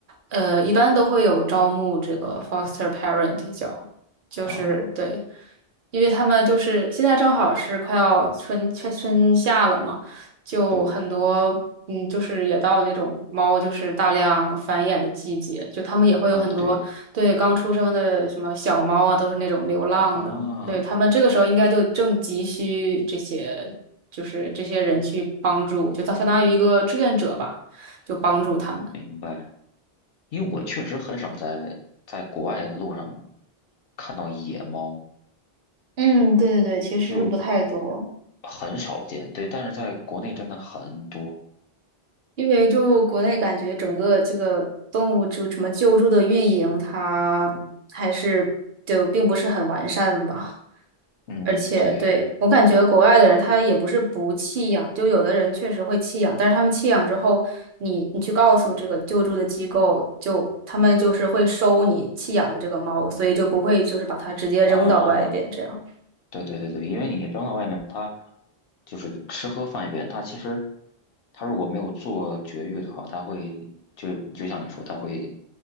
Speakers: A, on the right; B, on the left.
A: 呃，一般都会有招募这个 foster parent 叫，就是对，
B: 啊，
A: 因为他们就是现在正好是快要春春春夏了嘛，就很多。
B: 对
A: 嗯，就是也到那种猫就是大量繁衍的季节，就他们也会有很多对，
B: 啊对
A: 刚出生的什么小猫啊，都是那种流浪的。
B: 啊，
A: 对，他们这个时候应该就正急需这些，就是这些人去帮助，就相当于一个志愿者吧，就帮助他们。
B: 明白。因为我确实很少在在国外的路上看到野猫，
A: 嗯，对对对，其实不太多。
B: 就很少见。对，但是在国内真的很多。
A: 因为就国内感觉整个这个动物就什么救助的运营，它还是就并不是很完善吧。
B: 嗯，
A: 而且对，
B: 对
A: 我感觉国外的人他也不是不弃养，就有的人确实会弃养，但是他们弃养之后，你你去告诉这个救助的机构，就他们就是会收你弃养的这个猫，所以就不会就是把它直接扔到外边这样。
B: 啊，对对对对，因为你扔到外面，它就是吃喝放一边，它其实它如果没有做绝育的话，它会就就像你说，它会